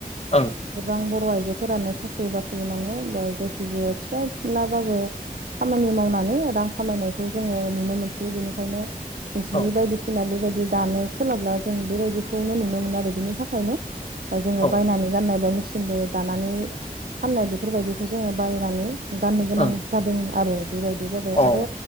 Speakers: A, on the left (about 45°); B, on the right (about 80°).
A: ओं
B: गोबां बर' आइ आइजोफोरानो साख्रि-बाख्रि माने बा जायखि जाया फिसा फिनलाबाबो खामानि मावनानै रां खामायनायखौ जोंङो नुनो मोनसै बिनिखायनो जि
A: औ
B: बायदिसिना बेबाय दि दानो सोलाबब्ला जों बेबायदिखौनो नुनो मोनो आरो बिनि थाखायनो, ओ जोंङो
A: औ
B: बायनानै गाननाय बा मेचिनदो दानानै फाननाय बेफोरबायदिखौ जोङो बायनानै गाननो गोनां
A: ओं
B: जादों आरो बेबायदि जाबाय
A: अ
B: आरो